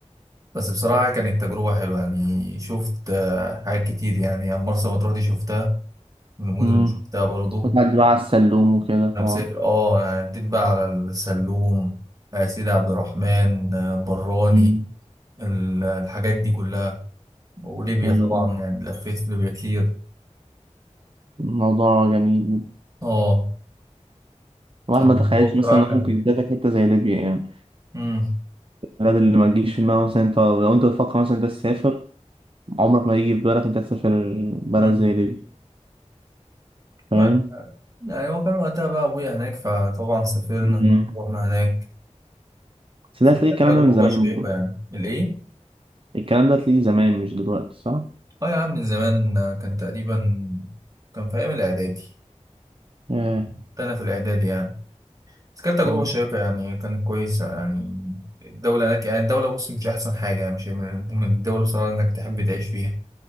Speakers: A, on the right; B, on the right.
A: بس بصراحة كانت تجربة حلوة يعني شفت آه، حاجات كتير يعني مرسى مطروح دي شفتها من المدن
B: مم.
A: اللي شفتها برضو
B: وتعدي بقى على السلوم وكده
A: انا
B: طبعا
A: مسافر اه يعني جيت بقى على السلوم آه، سيدي عبد الرحمن آه، براني
B: مم.
A: ال- الحاجات دي كلها وليبيا
B: أيوة
A: طبعا يعني لفيت في ليبيا كتير
B: الموضوع جميل
A: اه
B: الواحد
A: فالموضوع
B: ما تخيلش
A: بصراحة
B: مثلا إنه
A: كان
B: ممكن يسافر حتة زي ليبيا يعني
A: امم
B: البلد اللي ما تجيش في دماغك مثلا انت لو انت بتفكر مثلا انت تسافر عمرك ما يجي في بالك انت تسافر بلد
A: امم
B: زي ليبيا فاهم؟
A: ف- يعني هو كان وقتها بقى ابويا هناك فطبعا سافرنا
B: مم.
A: رحنا هناك
B: بس
A: بس
B: ده هتلاقي
A: كانت
B: الكلام
A: تجربة
B: ده من زمان
A: شيقة
B: برضه
A: يعني الايه
B: الكلام ده هتلاقيه زمان مش دلوقتي صح؟
A: اه يا عم من زمان آه، كان تقريبا كان في ايام الاعدادي
B: آه.
A: كنت انا في الاعدادي يعني بس كانت تجربة
B: مم.
A: شيقة يعني كانت كويسة يعني الدولة هناك يعني الدولة بص مش أحسن حاجة يعني، مش من ضمن الدول بصراحة إنك تحب تعيش فيها